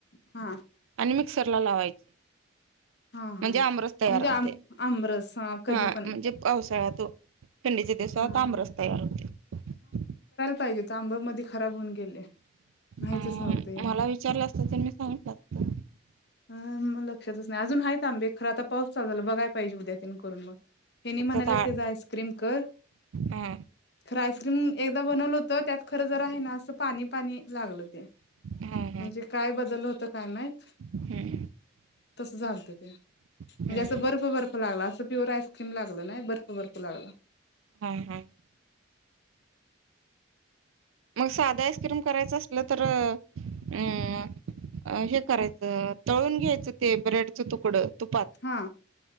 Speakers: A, on the left; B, on the right.
A: हा.
B: मिक्सरला लावायची
A: हा
B: म्हणजे,
A: हा
B: आमरस तयार
A: म्हणजे आम
B: होतोय.
A: आमरस कधी
B: हा
A: पण
B: म्हणजे पावसाळ्या तो थंडीच्या दिवसात
A: हा
B: आमरस
A: हा
B: तयार होतोय.
A: पाहिले त आंब मध्ये खराब होऊन गेले, माहितच
B: अ
A: नव्हते.
B: मला
A: <inaudible>
B: विचारलं असतं तर मी सांगितलं असतं
A: अं मग लक्षातच नाही अजून आहेत. आंबे खरं आता पाऊस चालू झाले, बघाय पाहिजे उद्या त <unintelligible> हेनी म्हणाल्यात
B: त्यात आ
A: तेज आईस्क्रीम कर.
B: हा
A: खरं आईस्क्रीम एकदा बनवलं होत. त्यात खरं जर आहे ना, असं पाणी पाणी लागलं. म्हणजे,
B: हा हा
A: काय बदल होतो काय माहित
B: हम्म
A: तसं झालंत. म्हणजे,
B: हम्म
A: असं बर्फ बर्फ लागला. असं प्युअर आईस्क्रीम लागलं नाही. बर्फ बर्फ लागला.
B: हा हा. मग साधं आईस्क्रीम करायचं असलं तर अं. अ हे करायचं तळून घ्यायचं ते ब्रेडच तुकडं तुपात
A: हा